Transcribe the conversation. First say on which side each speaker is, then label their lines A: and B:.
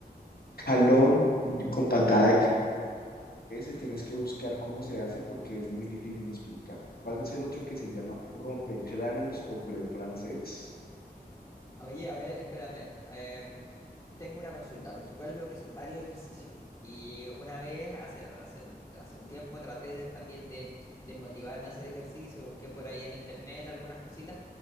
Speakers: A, on the left; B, on the left.
A: jalón con patada de cabo. Ese tienes que buscar cómo se hace porque es muy difícil de explicar. Vas a hacer otro que se llama rompecráneos o pre francés.
B: Oye, a ver, espérame. em, tengo una consulta, porque igual veo que son varios ejercicios. Y una vez, hace, hace, hace un tiempo, traté de- también de, de motivarme a hacer ejercicio. Busqué por ahí en internet algunas cositas,